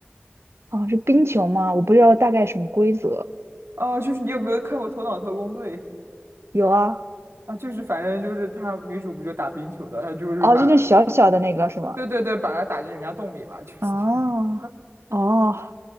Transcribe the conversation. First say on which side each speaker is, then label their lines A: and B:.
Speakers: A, on the right; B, on the right.
A: 哦，是冰球吗？我不知道大概什么规则。
B: 哦、就是你有没有看过《头脑特工队》
A: 有啊，
B: 啊？就是反正就是她女主不就打冰球的，她就是把，
A: 哦，就那小小的那个是吗？
B: 对对对，把她打进人家洞里吧，<laughs> 就是这样。
A: 哦哦